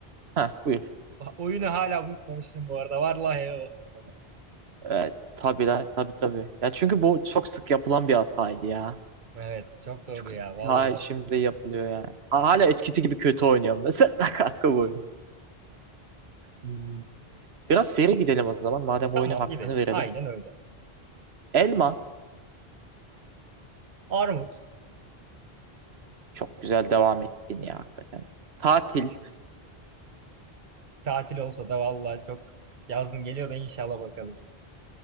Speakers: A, on the right; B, on the right.
A: Ha buyur.
B: Ba- Oyunu hala unutmamışsın bu arada. Vallahi helal olsun sana.
A: Evet, tabii la tabii tabii. Ya çünkü bu çok sık yapılan bir hataydı ya.
B: Evet çok doğru
A: Çok
B: ya
A: sık
B: vallahi.
A: ha, şimdi yapılıyor yani. Ha, hala eskisi gibi kötü oynuyorum mesela <laughs> kanka bu oyunu. Hmm. Biraz seri gidelim o zaman madem
B: Tamam
A: oyunun hakkını
B: gidelim.
A: verelim.
B: Aynen öyle.
A: Elma
B: Armut
A: çok güzel devam ettin ya hakikaten. Tatil
B: tatil olsa da vallahi çok yazın geliyor da inşallah bakalım.